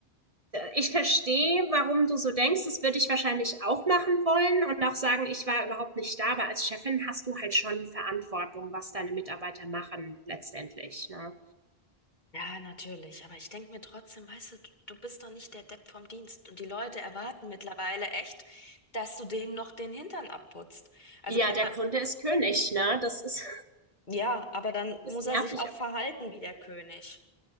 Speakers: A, on the right; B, on the left.
A: ich verstehe, warum du so denkst. Das würde ich wahrscheinlich auch machen wollen und auch sagen, ich war überhaupt nicht da, aber als Chefin hast du halt schon die Verantwortung, was deine Mitarbeiter machen letztendlich. Ne?
B: Ja, natürlich. Aber ich denke mir trotzdem, weißt du, du du bist doch nicht der Depp vom Dienst. Und die Leute erwarten mittlerweile echt, dass du denen noch den Hintern abputzt. Also,
A: Ja,
B: bei,
A: der Kunde ist König, ne? Das ist
B: ja, aber dann muss
A: ist nervig,
B: er sich auch
A: aber
B: verhalten wie der König.